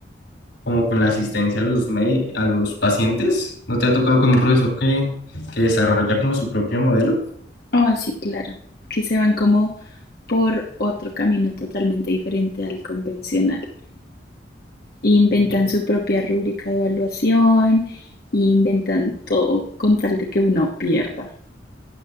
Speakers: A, on the left; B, on the left.
A: como con la asistencia a los, me- a los pacientes. ¿No te ha tocado con un profesor que, que desarrolla como su propio modelo?
B: Ah, sí, claro. Que se van como por otro camino totalmente diferente al convencional. Inventan
A: Eh,
B: su propia rúbrica de evaluación, inventan todo con tal de que uno pierda.